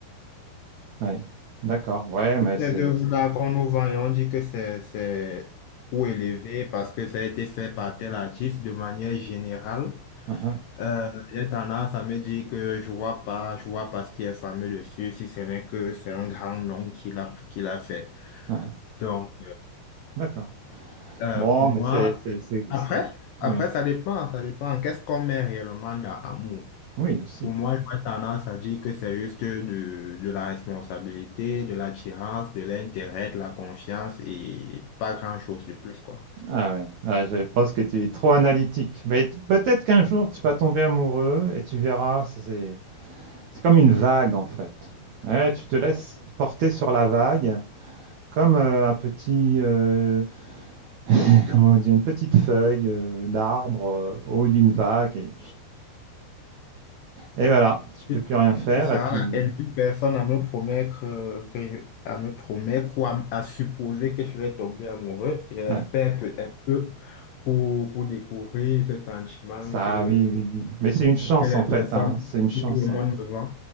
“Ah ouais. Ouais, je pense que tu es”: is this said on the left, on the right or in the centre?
Right